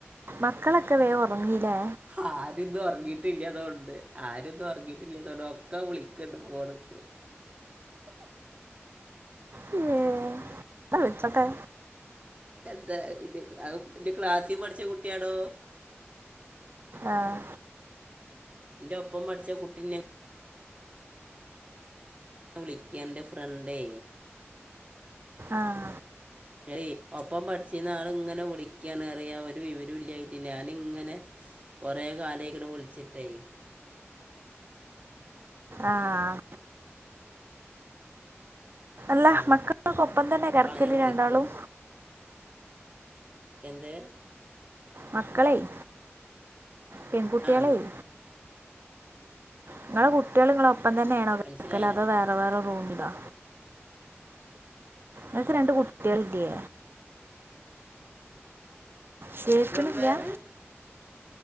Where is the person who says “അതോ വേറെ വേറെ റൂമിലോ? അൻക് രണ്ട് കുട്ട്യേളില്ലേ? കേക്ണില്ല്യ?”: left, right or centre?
Right